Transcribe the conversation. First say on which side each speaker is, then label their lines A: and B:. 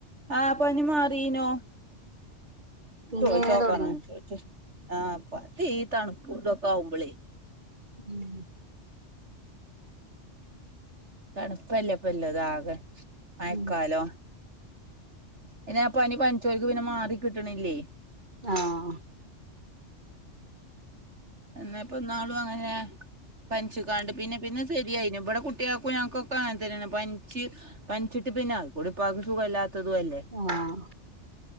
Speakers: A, on the right; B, on the right.
A: ആ പനി മാറീനു.
B: പിന്നെ
A: ചോയിച്ചോക്കണം
B: ഇങ്ങനെ തൊടങ്ങിയോ
A: ചോയ്ച്ച് ആഹ്. പ്പ തീ ഈ തണുപ്പുംതൊക്കെ ആവുമ്പളേ
B: ഉം
A: തണ്പ്പല്ലേ പ്പല്ലത് ആകെ. മയക്കാലോ
B: ഉം
A: അയ്നാ പനി പനിച്ചോൽക്ക് പിന്നെ മാറി കിട്ട്ണില്ലേ
B: ആഹ്
A: എന്നേപ്പന്നാളും അങ്ങനേ പനിച്ച്ങ്ങാണ്ട് പിന്നെ പിന്നെ ശരിയായിനു. ബടെ കുട്ടിയ ക്കും. ഞയങ്ങ്ക്കൊക്കെ അങ്ങൻതന്നേണ്. പൻച്ച്, പൻച്ചിട്ട് പിന്നെ അത്കൂടി പ്പാക്ക് സുഖല്ലാ ത്തതു അല്ലേ
B: ആഹ്